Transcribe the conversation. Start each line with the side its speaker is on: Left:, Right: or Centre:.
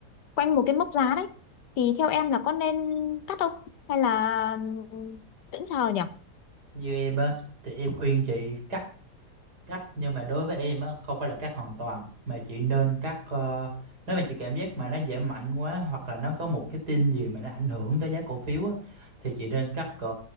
Left: quanh một cái mốc giá đấy thì theo em là có nên cắt không hay là vẫn chờ nhỉ?
Right: như em á thì em khuyên chị cắt cắt nhưng mà đối với em á không phải là cắt hoàn toàn mà chị nên cắt ờ, nếu mà chị cảm giác mà nó giảm mạnh quá hoặc là nó có một cái tin gì mà nó ảnh hưởng tới giá cổ phiếu á thì chị nên cắt cỡ